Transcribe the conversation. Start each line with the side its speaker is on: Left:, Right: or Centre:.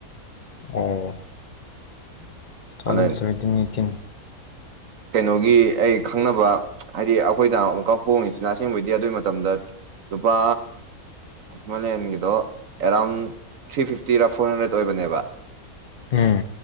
Left: uh two ꯊꯥꯎꯖꯟ
Right: ꯑꯗ
Left: ꯁꯚꯦꯟꯇꯤꯟ ꯑꯩꯠꯇꯤꯟ
Right: ꯀꯩꯅꯣꯒꯤ ꯑꯩ ꯈꯪꯅꯕ ꯍꯥꯏꯗꯤ ꯑꯩꯈꯣꯏꯅ ꯑꯃꯨꯛꯀ ꯍꯣꯡꯉꯤꯁꯤꯅ ꯑꯁꯦꯡꯕꯩꯗꯤ ꯑꯗꯨꯒꯤ ꯃꯇꯝꯗ ꯂꯨꯄꯥ ꯍꯤꯃꯥꯂꯌꯥꯟꯒꯤꯗꯣ ꯑꯦꯔꯥꯎꯟ ꯊ꯭ꯔꯤ ꯐꯤꯐꯇꯤꯔ ꯐꯣꯔ ꯍꯟꯗ꯭ꯔꯦꯇꯥ ꯑꯣꯏꯕꯅꯦꯕ
Left: ꯎꯝ